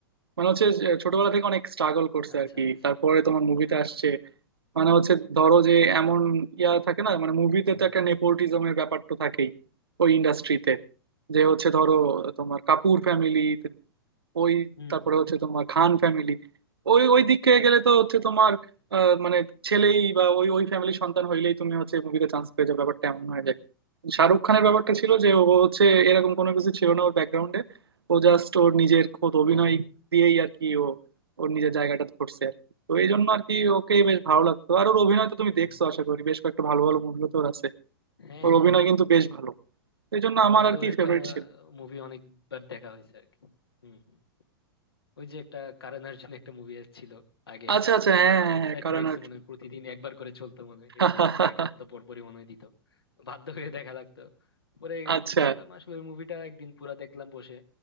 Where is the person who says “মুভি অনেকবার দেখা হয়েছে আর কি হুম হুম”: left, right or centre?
Left